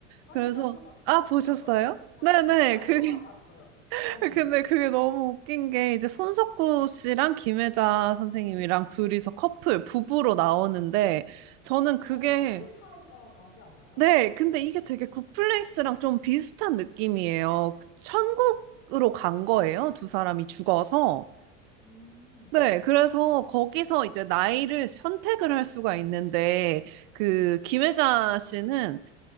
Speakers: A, on the left; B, on the right.
A: 아,
B: 그래서,
A: 나 맞아. 나 그거
B: 아, 보셨어요?
A: 저 짤로 본 것 같은데,
B: 네네.
A: 짤로만
B: 그게,
A: 봤어요.
B: <laughs>
A: 예.
B: 근데 그게 너무 웃긴 게, 이제 손석구 씨랑 김혜자 선생님이랑 둘이서 커플, 부부로 나오는데, 저는 그게
A: 어, 나이 차이가 나지 않나요?
B: 네, 근데 이게 되게 굿플레이스랑 좀 비슷한 느낌이에요. 그 천국으로 간 거예요, 두 사람이 죽어서.
A: 음,
B: 네, 그래서 거기서 이제 나이를 선택을 할 수가 있는데, 그 김혜자 씨는